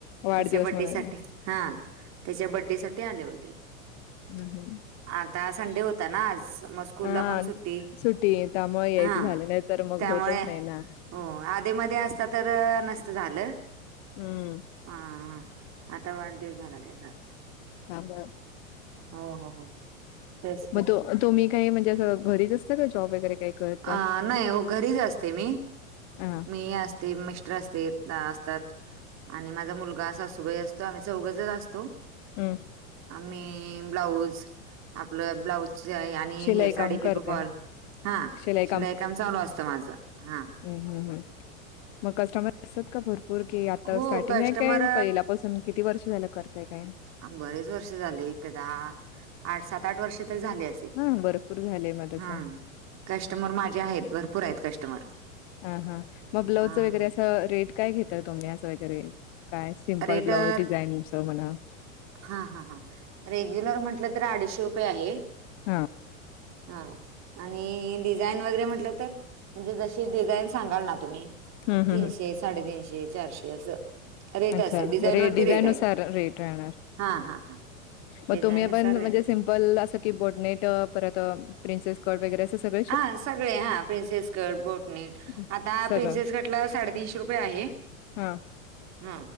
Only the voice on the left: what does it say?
वाढदिवस
म्हणून
हम् हम्
हा
सुट्टी त्यामुळे यायचं
झालं नाही तर मग
होतच
नाही ना
हम्म
त्यामुळे
मग तो तुम्ही काही म्हणजे असं घरीच असतं का जॉब वगैरे काही करत
हा
हम्म
शिलाई
काम
करताय
शिलाई
ह् हम ह मग कस्टमर असतात का भर पूर की आता
स्टार्टिंग
आहे काय पहिल्यापासून किती वर्ष झालं करताय काय
हा भरपूर झालंय मग तसं
हा हा मग ब्लाउज
वगैरे अस रेट काय घेत तुम्हीं आस वगैरे. काय सिम्पल
ब्लाऊज, डिझाईनचं म्हणा.
हा
हम्म
हम्म हम्म
अच्छा
रे
डिझाईन
नुसार रेट राहणार.
मग
तुम्ही पण
म्हणजे सिमपल असं की बोडनेट परत प्रि्सॉडगैरे सग
हं.
सगळं
हां.